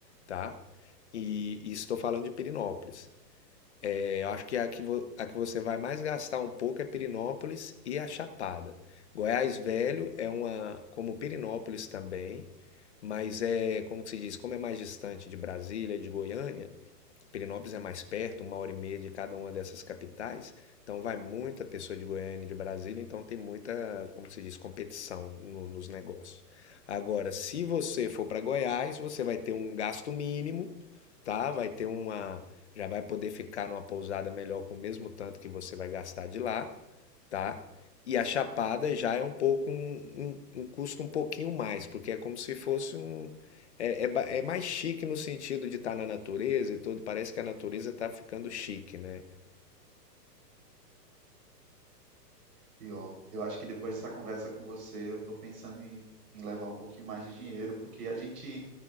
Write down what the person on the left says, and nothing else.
tá? E, e estou falando de Pirinópolis. É, eu acho que a que, vo- a que você vai mais gastar um pouco é Pirinópolis e a Chapada. Goiás Velho é uma, como Pirinópolis também, mas é, como que se diz, como é mais distante de Brasília e de Goiânia, Pirinópolis é mais perto, uma hora e meia de cada uma dessas capitais, então vai muita pessoa de Goiânia e de Brasília, então tem muita, como se diz, competição no- nos negócios. Agora, se você for para Goiás, você vai ter um gasto mínimo, tá? Vai ter uma, já vai poder ficar numa pousada melhor com o mesmo tanto que você vai gastar de lá, tá? E a Chapada já é um pouco um, um- um custo um pouquinho mais, porque é como se fosse um, é, é, ba- é mais chique no sentido de estar na natureza e tudo. Parece que a natureza está ficando chique, né?